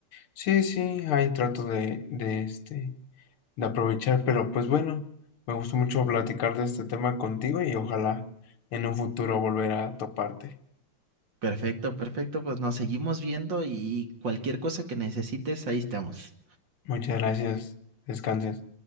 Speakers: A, on the left (about 75°); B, on the right (about 55°).
A: sí, sí, ahí trato de, de, este, de aprovechar, pero pues bueno, me gustó mucho platicar de este tema contigo y ojalá en un futuro volver a toparte.
B: Perfecto, perfecto, pues nos seguimos viendo y cualquier cosa que necesites, ahí estamos.
A: Muchas gracias, descanses.